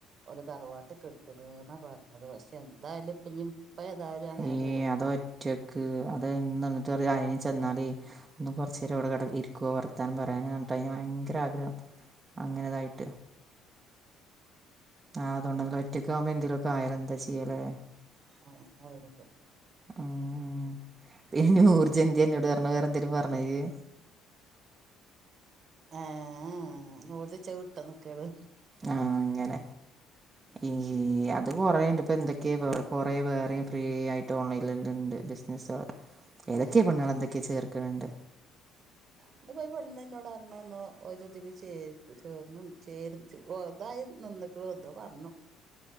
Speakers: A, on the right; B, on the right.
A: ഓലെ തറവാട്ട് കെട്ത്ത്ണ്ന്നാ പറഞ്ഞത് പക്ഷെന്തായാലുപ്പഞ്ഞ് ഇപ്പേതായാലും അങ്ങനെ
B: ഈ
A: പോയി.
B: <unintelligible> അത് <unintelligible> അയ്ന് ചെന്നാല്. ഒന്ന് കൊറച്ചേരവ്ടെ കെട ഇര്ക്കോ വർത്താനം പറയാന ർഞ്ഞ്ട്ട് അയിന് ഭയങ്കരാഗ്രഹം അങ്ങനെതായിട്ട് ആഹ് അതോണ്ടൊന്നല്ല ഒറ്റക്കാവ്മ്പോ എന്തേലൊക്കായ ലെന്താ ചെയ്യലേ
A: ആഹ് <unintelligible>
B: ഉം ഉം ഈ നൂർജെന്ത്യെ ഇന്നോട് പറഞ്ഞ് വേറെന്തേലും പറഞ്ഞ ഇയ്യ്.
A: ഏഹ് ഏഹ് നൂർജച്ചത് വിട്ടന്ന്ക്കാണ്.
B: ആഹ് അങ്ങനെ. ഈ അത് കൊറേണ്ട്പ്പെന്തൊക്കേ വേറെ കൊറേ വേറിം ഫ്രീയായിട്ട് ഓൺലൈനിലെന്നണ്ട് <unintelligible> ഏതൊക്കെ
A: ആഹ്
B: പെണ്ണ്ങ്ങളെന്തൊക്കെ ചേർക്ക്ണണ്ട്.
A: ഇന്ന് പെരു പെണ്ണ്ന്നോടർഞ്ഞ്ന്നു ഓലിതില് ചേർ ചേർ ചേ <unintelligible> പ്പോതായി നിന്ന്ക്ക്ണ് ന്തോ പറഞ്ഞു